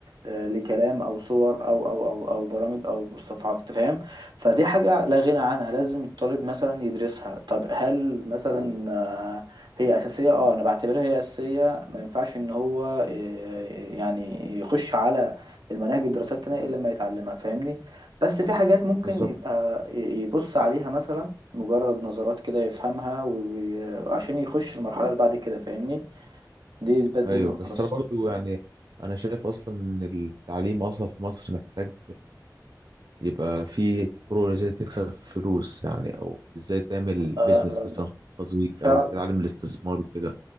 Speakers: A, on the right (about 80°); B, on the right (about 65°).
A: آه، لكلام او صور او او او او برامج او مصطلحات انت فاهم فدي حاجه لا غنى عنها لازم الطالب مثلا يدرسها طب هل مثلا آه، هي اساسيه اه انا بعتبرها هي اساسيه ما ينفعش ان هو آه، يعني يخش على المناهج الدراسات التانية الا لما يتعلمها فاهمني بس في حاجات ممكن
B: بالظبط
A: يبقى يبص عليها مثلا مجرد نظرات كده يفهمها وعشان يخش المرحله اللي بعد كده فاهمني دي دي
B: ايوه
A: النقطه
B: بس
A: بس
B: انا برضو يعني انا شايف اصلا ان التعليم اصلا في مصر محتاج يبقى في طرق ازاي تكسب فلوس يعني او ازاي تعمل
A: آه،
B: بيزنس مثلا خاص بيك
A: فعلا
B: او تتعلم الاستثمار كده